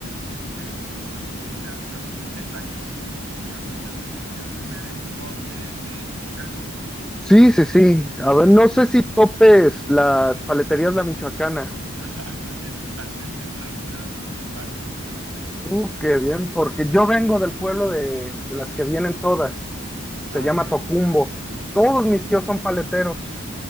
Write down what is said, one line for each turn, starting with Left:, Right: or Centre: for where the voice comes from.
Right: este, pues no sé, algunos detalles curiosos de nuestra vida. Tú me habías contado que eres de Michoacán, ¿no? <laughs>
Centre: Sí, sí, sí. A ver, no sé si topes las paleterías La Michoacana.
Right: Ah, Ok, totalmente, claro, soy adicto a sus aguas.
Centre: Uh, qué bien, porque yo vengo del pueblo de, de las que vienen todas. Se
Right: Ah,
Centre: llama
Right: ok,
Centre: Tocumbo. Todos
Right: Tocumbo.
Centre: mis tíos son paleteros.